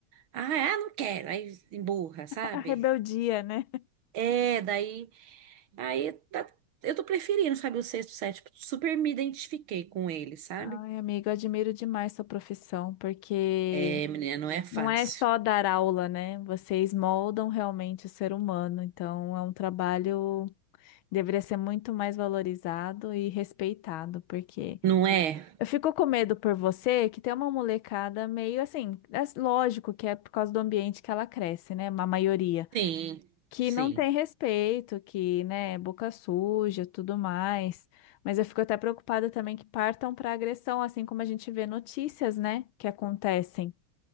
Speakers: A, on the right (about 75°); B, on the left (about 75°).
A: ah, ah, não quero, aí emburra, sabe?
B: A rebeldia, né?
A: É, daí Aí tá, eu tô preferindo, sabe, o sexto, sétimo. Super me identifiquei com ele, sabe?
B: Ai, amigo, eu admiro demais sua profissão, porque
A: É, menina, não é fácil.
B: não é só dar aula, né? Vocês moldam realmente o ser humano, então é um trabalho. Deveria ser muito mais valorizado e respeitado, porque
A: Não é?
B: eu fico com medo por você que tem uma molecada meio assim, é lógico que é por causa do ambiente que ela cresce, né? Uma maioria
A: Sim,
B: que
A: sim.
B: não tem respeito, que, né, é boca suja, tudo mais. Mas eu fico até preocupada também que partam para agressão, assim como a gente vê notícias, né, que acontecem.